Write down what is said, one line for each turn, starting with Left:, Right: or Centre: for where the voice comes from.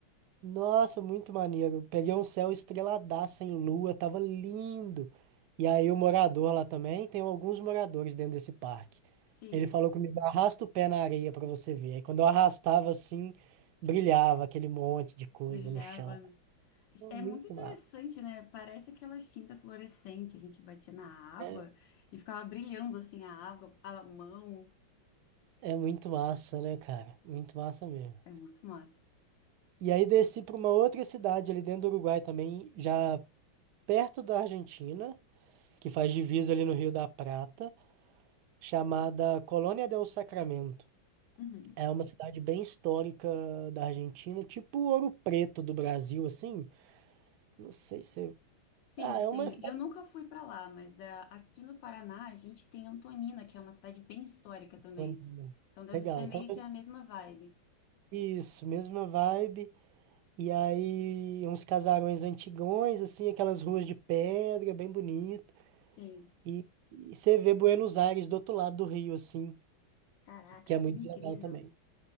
Right: Nossa, muito maneiro. Peguei um céu estreladaço em lua, tava lindo. E aí o morador lá também, tem alguns moradores dentro desse parque.
Left: sim.
Right: Ele falou comigo, arrasta o pé na areia pra você ver. Aí quando eu arrastava assim, brilhava aquele monte de coisa
Left: Brilhava.
Right: no chão.
Left: né?
Right: Pô,
Left: É
Right: Muito
Left: muito interessante,
Right: massa.
Left: né? Parece aquela tinta fluorescente. A gente batia na água
Right: É.
Left: e ficava brilhando assim a água, a mão.
Right: É muito massa, né, cara? Muito massa mesmo.
Left: É muito massa.
Right: E aí desci para uma outra cidade ali dentro do Uruguai também, já perto da Argentina, que faz divisa ali no Rio da Prata, chamada Colônia del Sacramento.
Left: Uhum.
Right: É uma cidade bem histórica da Argentina, tipo Ouro Preto do Brasil, assim. Não sei se...
Left: Sim,
Right: é, Ah,
Left: sim.
Right: é uma cidade
Left: Eu nunca fui pra lá, mas é, aqui no Paraná a gente tem Antonina, que é uma cidade bem histórica também.
Right: grande, né?
Left: Então deve
Right: Legal,
Left: ser meio
Right: então
Left: que a mesma vibe.
Right: isso, mesma vibe. E aí uns casarões antigões, assim, aquelas ruas de pedra, bem bonito.
Left: Sim.
Right: E, e você vê Buenos Aires do outro lado do rio, assim,
Left: Caraca,
Right: que é
Left: que
Right: muito
Left: incrível.
Right: legal também.